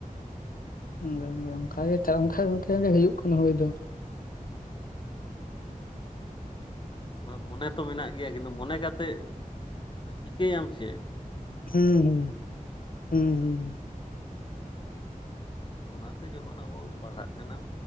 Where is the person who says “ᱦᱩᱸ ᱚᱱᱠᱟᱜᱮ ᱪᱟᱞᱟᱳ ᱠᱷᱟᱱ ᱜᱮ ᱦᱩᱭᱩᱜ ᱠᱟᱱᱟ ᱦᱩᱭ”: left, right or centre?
Left